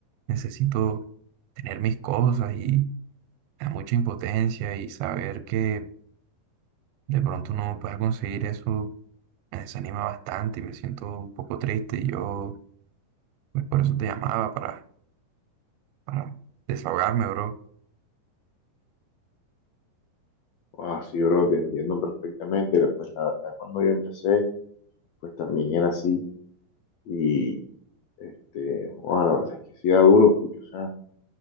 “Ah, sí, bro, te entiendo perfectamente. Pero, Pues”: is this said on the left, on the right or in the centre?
Left